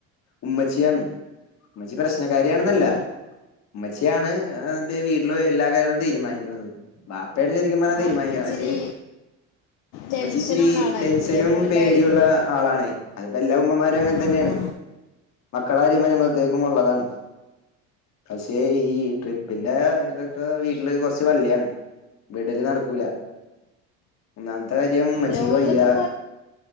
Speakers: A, on the left (about 55°); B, on the left (about 85°).
A: ഉമ്മച്ചിയാണ് ഉമ്മച്ചി പ്രശ്നകാരിയാണെന്നല്ല
B: ഓ
A: ഉമ്മച്ചിയാണ് ന്റെ വീട്ടില് എല്ലാ കാര്യങ്ങളും തീരുമാനിക്കുന്നത് ബാപ്പേ ആണ് ശരിക്കും പറഞ്ഞാ തീരുമാനിക്കണത്
B: ആൾക്ക് ഇച്ചിരി
A: പക്ഷേ
B: ടെൻഷനുള്ള
A: ഉമ്മച്ചി ഇച്ചിരി
B: ആളായിരിക്കൂലേ
A: ടെൻഷനും
B: മോൻ്റെ
A: പേടിയും
B: കാര്യത്തില്
A: ഉള്ള ആളാണെ അതിപ്പോ എല്ലാ ഉമ്മമാരും അങ്ങനെ
B: ആ
A: തന്നെയാണ്
B: ആ
A: മക്കളകാര്യം വരുമ്പോഴത്തേക്കും ഉള്ളതാണ് പക്ഷെ ഈ ട്രിപ്പിന്റെ ഇതൊക്കെ വീട്ട്ല് കൊറച്ച് വള്ളിയാണ് വിടല് നടക്കൂല ഒന്നാമ്ത്ത കാര്യം ഇമ്മച്ചിക്ക്
B: ലോങ്
A: വയ്യ
B: ഒക്കെ